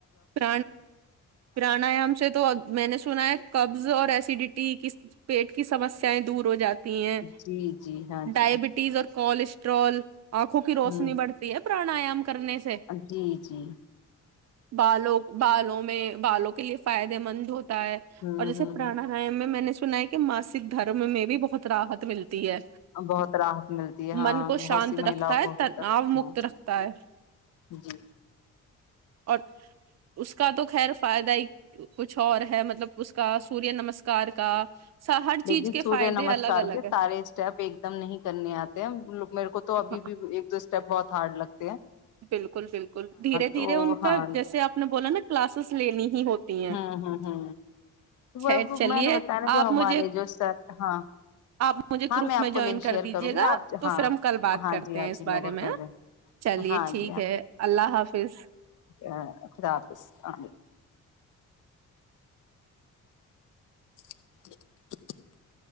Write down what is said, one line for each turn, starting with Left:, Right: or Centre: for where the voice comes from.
Right: پر پرانیام سے تو میں نے سنا ہے قبض اور ایسیڈیٹی کی پیٹ کی سمسیائیں دور ہو جاتی ہیں
Left: جی جی ہاں
Right: ڈائبٹیز
Left: جی
Right: اور کولیسٹرول آنکھوں کی روشنی
Left: ہوں
Right: بڑھتی ہے پرانیام کرنے سے
Left: جی جی
Right: بالوں بالوں میں بالوں کے لیے فائدے مند ہو ہے
Left: ہوں
Right: اور جیسے
Left: ہوں
Right: پرانا ہے میں میں نے سن ہے کہ ماسک دھرم میں بھی بہت راحت ملتی ہے
Left: بہت راحت ملتی ہے ہاں
Right: من کو
Left: بہت
Right: شانت
Left: سی مہیلاؤ
Right: رکھتا ہے
Left: کو ہوتا
Right: تناؤ مکت
Left: ہ
Right: رکھتا ہے
Left: جی
Right: اور اس کا تو خیر فائدہ ہی کچھ اور ہے مطب مطلب اس کا سوریہ نمسک کار کا سا ہر چیز
Left: لیکن
Right: کے
Left: سوریہ
Right: فائدے
Left: نمسک
Right: الگ الگ
Left: کے
Right: ہے
Left: سارے اسٹیپ ایک دم نہیں کرنے آتے ہیں میرے کو تو ابھی
Right: ہاں
Left: بھی ایک دو اسٹیپ بہت تھارڈ لگ
Right: بالکل بالکل دھیرے
Left: تو
Right: دھیرے ان
Left: ہاں
Right: کا جیسے آپ نے بولا نا کلاسز لیننی ہی ہوتی ہیں
Left: ہ ہ ہ وہ
Right: خیر چلیے
Left: میں نے بتا جو
Right: آپ
Left: ہمارے
Right: مجھے
Left: جو سر ہاں
Right: آپ مجھے
Left: ہاں
Right: گروپ
Left: میں آپ
Right: جوائن
Left: کو لنک
Right: کر
Left: شیئر
Right: دیجیے
Left: کروں گی
Right: گا
Left: آپ
Right: تو
Left: ہاں
Right: پھر ہم کل بات
Left: ہاں
Right: کرتے
Left: جی ہاں
Right: ہیں اس
Left: جی
Right: بارے
Left: میں گ
Right: چلیے
Left: ہاں ج
Right: ٹھیک ہے اللہ حافظ
Left: ا خد آفس آ ج